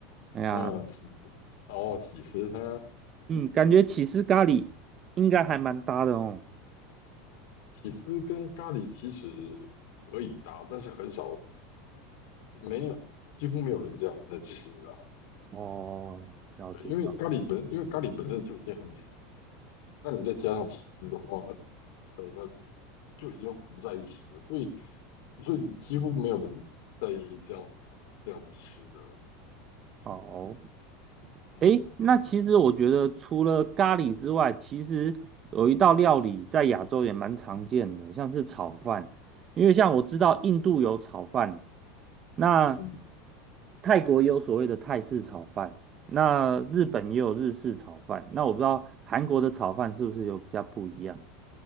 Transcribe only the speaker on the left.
呃，起哦，起司它
起司跟咖喱其实可以搭，但是很少。没有，几乎没有人这样在吃啊。
对因为咖喱本，因为咖喱本身就已经很粘，那你再加上起司的话，它整个就已经糊在一起了，所以所以几乎没有人在意这样这样吃的。
嗯
嗯，